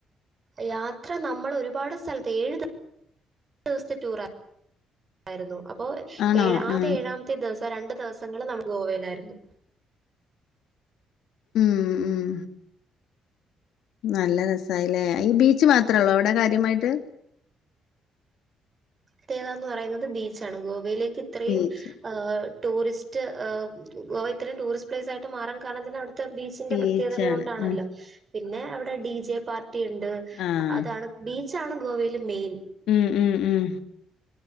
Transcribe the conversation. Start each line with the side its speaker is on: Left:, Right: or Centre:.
Right: യാത്ര നമ്മൾ ഒരുപാട് സ്ഥലത്ത് ഏഴു ദി ദിവസ്ത്തെ ടൂർ ആയിരുന്നു അപ്പോ
Left: ആണോ
Right: ഏഴാമത്തെ
Left: ആഹ്
Right: ആകെ ഏഴാമത്തെ ദിവസം രണ്ടു ദിവസങ്ങളും നമ്മൾ ഗോവയിലായിരുന്നു
Left: ഉം ഉം നല്ല രസായില്ലേ ഈ ബീച്ച് മാത്രള്ളോ അവിടെ കാര്യമായിട്ട്
Right: പ്രത്യേകതാന്ന് പറയുന്നത് ബീച്ചാണ് ഗോവയിലേക്ക് ഇത്രയും
Left: ബീച്ച്
Right: എഹ് ടൂറിസ്റ്റ് ഗോവ ഇത്രയും ടൂറിസ്റ്റ് പ്ലേസ് ആയിട്ട് മാറാൻ കാരണം തന്നെ അവിട്ത്തെ ബീ ച്ചിന്റെ
Left: ബീച്ചാണ്
Right: പ്രത്യേകതകൾ കൊണ്ടാണല്ലോ
Left: ആഹ്
Right: പിന്നെ അവിടെ ഡി ജെ പാർട്ടി ഉണ്ട്
Left: ആഹ്
Right: അതാണ് ബീച്ചാണ് ഗോവേല് മെയിൻ
Left: ഉം ഉം ഉം